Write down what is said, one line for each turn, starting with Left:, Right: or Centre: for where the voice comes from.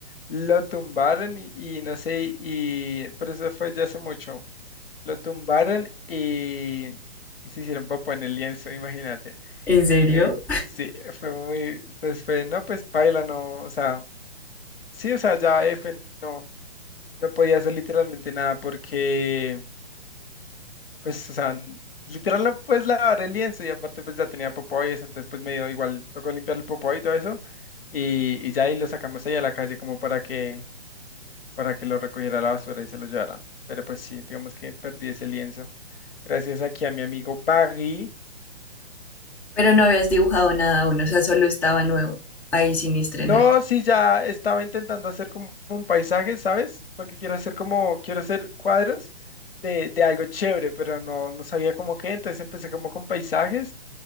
Left: Lo tumbaron y, y no sé, y, pero eso fue ya hace mucho. Lo tumbaron y, y se hicieron popo en el lienzo, imagínate.
Centre: ¿En serio?
Left: En, sí, fue muy, pues fue, no, pues paila, no, o sea, sí, o sea, ya F no, no podía hacer literalmente nada porque, pues, o sea, n- literal no puedes lavar el lienzo y aparte pues ya tenía popó y eso, entonces pues me dio igual, tocó limpiar el popó y todo eso y, y ya ahí lo sacamos ahí a la calle como para que para que lo recogiera a la basura y se lo llevara. Pero pues sí, digamos que perdí ese lienzo. Gracias aquí a mi amigo Baggy.
Centre: Pero no habías dibujado nada aún, o sea, solo estaba nuevo, ahí sin estrenar.
Left: No, sí, ya estaba intentando hacer como un paisaje, ¿sabes? Porque quiero hacer como, quiero hacer cuadros de, de algo chévere, pero no, no sabía cómo qué, entonces empecé como con paisajes,